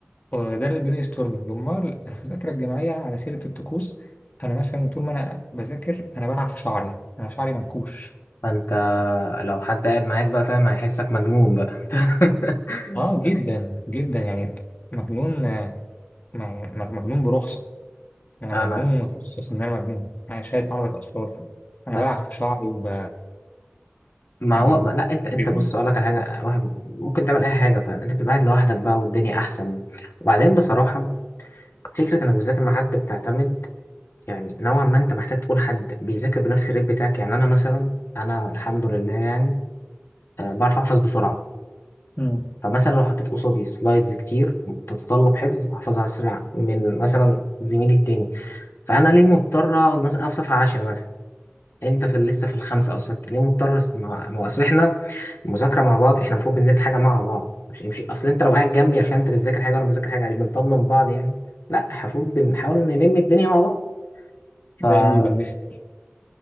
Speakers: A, on the left; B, on the left.
A: وده البرين ستورمنج امال المذاكره الجماعيه على سيره الطقوس انا مثلا طول ما انا بذاكر انا بلعب في شعري انا شعري منكوش
B: فانت لو حد قاعد معاك بقى فاهم هيحسك مجنون بقى <laughs>
A: اه جدا جدا يعني مجنون آه، م- مجنون برخصه انا
B: انا
A: مجنون متلصص ان انا مجنون انا شايل مرض اطفال انا
B: بس
A: بلعب في شعري وب
B: ما
A: م-
B: هو ما لا انت انت
A: ب-
B: بص اقول لك على حاجه واحد ممكن تعمل اي حاجه فانت بتبقى قاعد لوحدك بقى والدنيا احسن وبعدين بصراحه فكره انك بتذاكر مع حد بتعتمد يعني نوعا ما انت محتاج تكون حد بيذاكر بنفس الريت بتاعك يعني انا مثلا انا الحمد لله يعني آه، بعرف احفظ بسرعه
A: مم.
B: فمثلا لو حطيت قصادي سلايدز كتير بتتطلب حفظ احفظها اسرع من مثلا زميلي التاني فانا ليه مضطر اقعد مثلا أنا في صفحه 10 مثلا انت في لسه في الخمسه او السته ليه مضطر أس- ما ما هو اصل احنا مذاكره مع بعض احنا المفروض بنذاكر حاجه مع بعض مش مش اصل انت لو قاعد جنبي عشان انت بتذاكر حاجه وانا بذاكر حاجه يعني بنطمن بعض يعني لا المفروض بنحاول نلم الدنيا مع بعض فلا
A: جايبه يونسني